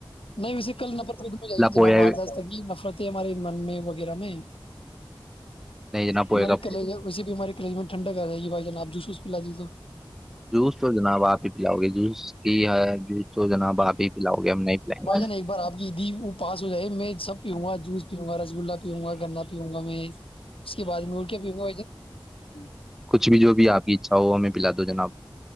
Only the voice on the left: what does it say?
نہیں ویسے کل نفرت تو ہو جی جناب
آ جا سکیے نفرتیں ہمارے من میں وغیرہ میں
ہمارے
کلیج ویسے بھی ہمارے کلیج میں ٹھنڈک آ جائے گی بھائی جان آپ جوو لجی تو <unintelligible>
بھائی جان ایک بار آپ کییدی وہ پاس ہو جائے میں سب پیؤوں گا جوس پیوں گا رسگ گلا پیؤوںں گا گنا پیؤوں گا میں اس کے بعد میں ار کیا پیوں گا بھائی جان